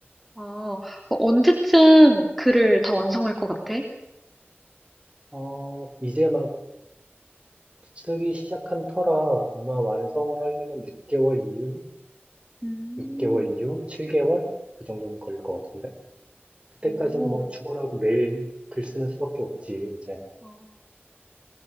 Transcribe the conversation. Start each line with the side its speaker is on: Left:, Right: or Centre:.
Centre: 아, 그 언제쯤 글을 다 완성할 것 같아?
Right: 어, 이제 막 쓰기 시작한 터라 아마 완성을 하려면 6개월 이후,
Centre: 음,
Right: 6개월 이후, 7개월? 그 정도는 걸릴 것 같은데? 그때까지는
Centre: 오,
Right: 뭐 죽어라고 매일 글 쓰는 수밖에 없지, 이제.
Centre: 어,